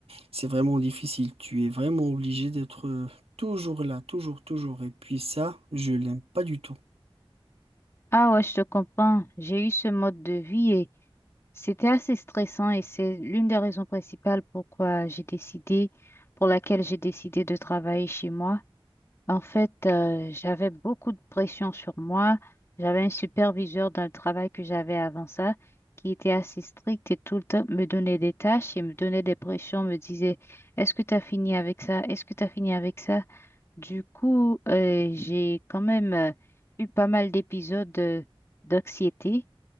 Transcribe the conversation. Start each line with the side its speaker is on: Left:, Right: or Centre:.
Right: c'est vraiment difficile. Tu es vraiment obligé d'être euh, toujours là, toujours, toujours. Et puis ça, je l'aime pas du tout.
Left: Ah ouais, je te comprends. J'ai eu ce mode de vie et c'était assez stressant et c'est l'une des raisons principales pourquoi j'ai décidé, pour laquelle j'ai décidé de travailler chez moi. En fait, euh, j'avais beaucoup de pression sur moi. J'avais un superviseur dans le travail que j'avais avant ça qui était assez strict et tout le temps me donnait des tâches et me donnait des pressions, me disait, est-ce que tu as fini avec ça? Est-ce que tu as fini avec ça? Du coup, euh, j'ai quand même euh, eu pas mal d'épisodes de- d'anxiété